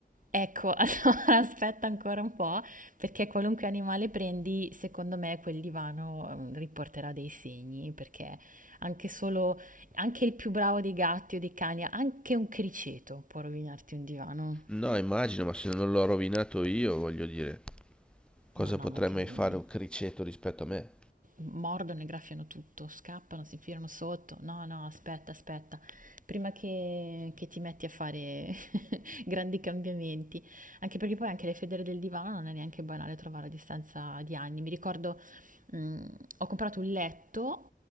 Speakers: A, on the right; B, in the centre.
A: Ecco, <laughs> allora aspetta ancora un po', perché qualunque animale prendi, secondo me quel divano ehm, riporterà dei segni, perché anche solo, anche il più bravo dei gatti o dei cani, anche un criceto può rovinarti un divano.
B: No, immagino, ma se non l'ho rovinato io, voglio dire, cosa
A: No, no,
B: potrai
A: ma credimi,
B: mai fare un criceto rispetto a me?
A: mordono e graffiano tutto, scappano, si infilano sotto. No, no, aspetta, aspetta, prima che, che ti metti a fare <laughs> <laughs> grandi cambiamenti, anche perché poi anche le federe del divano non è neanche banale trovare a distanza di anni. Mi ricordo, mh, ho comprato un letto